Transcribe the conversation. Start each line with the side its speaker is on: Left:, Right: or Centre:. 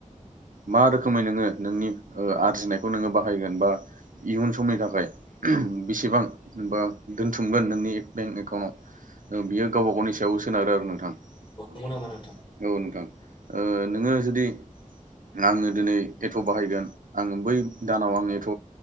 Right: मा रोखोमै नोङो नोंनि ओ आरजिनायखौ नोङो बां बाहायगोन बा इयुन समनि थाखाय बेसेबां बा दोनथुमगोन नोंनि बेंक एकाउन्टाव बियो गावबा गावनि सायावबो सोनारो आरो नोंथां। औ
Left: नंगौ
Right: नङा।
Left: नामा नोंथां
Right: औ नोंथां ओ नोङो जुदि आङो दिनै एट बाहायगोन आङो बै दानाव आं एथ‌'